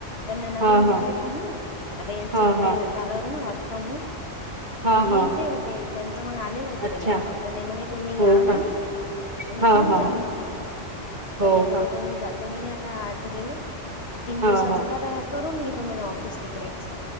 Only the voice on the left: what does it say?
त्यांना नवीन
भेटले
पूर्ण, आता यांच
इकडे
झालं होत? ना वर्क फ्रॉम होम.
तर मग हे
इथे होते. त्यांच मग आलेलं ते
ते 'लॅपटॉप' तर ते म्हणे तुम्ही
या म्हणे.
आणि
घेऊन
जा म्हणे!
त हे म्हणे
मग मी जातो.... म्हणे आता. आज गेले तीन
दिवसाच
करून घेत. तो म्हने ऑफिस तिकडेच,